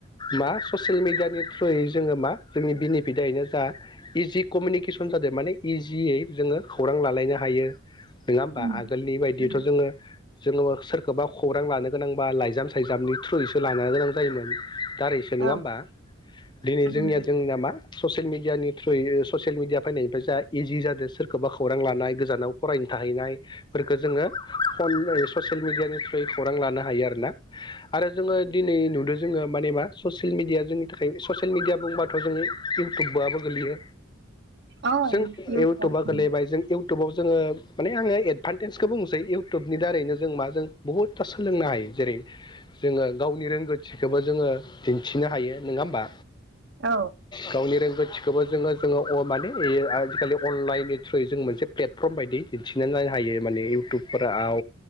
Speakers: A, on the left; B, on the right.
A: मा ससियेल मिडियानि थ्रयै जोङो मा जोंनि बेनिफिटायनो जा आ जि कमिउनिकेसन जादों माने इजियै जोङो खौरां लालायनो हायो। नङा होमबा
B: उम
A: आगोलनि बायदिथ'
B: उम
A: जोङो जोङो सोरखौबा खौरां लानो गोनांबा लाइजाम सायजामनि थ्रुयैसो लानो गोनां जायोमोन। दारैसो नङा
B: औ
A: होमबा
B: उम
A: दिनै जोंनिया
B: उम
A: जोंनिया मा ससियेल मिडियानि थ्रुयै मिडिया फैनायनिफ्राय जा इजि जादो। सोरखौबा खौरां लानाय गोजानाव फरायनो थाहैनाय। फोरखो जोङो फन <unintelligible> ससेल मिडियानि खौरां लानो हायो आरोना आरो जोङो दिनै नुदों जोङो मानेमा ससिल मिडिया जों नि थाखाय ससियेल मिडिया बुंबा बे'जोंइउटुआबो गोलैयो।
B: औ
A: जों इउटुबा
B: उम औ
A: गोलैबाय जों इउटुबाव जोङो माने आङो एडभान्टेजखौ बुंसै इउटुबनि दारैनो जों मा जों बहुदता सोलोंनो हायो जेरै जोङो गावनि रोंगौथिखौबो जोङो दिन्थिनो हायो नङा होमबा।
B: औ
A: गावनि रोंगौथि - थिखोबो जोंङो जों माने आजिखालि अनलाइननि थ्रुयै जों मोनसे प्लेटफर्म बायदि दिन्थिनो लांनो हायो माने इउटुबफोराव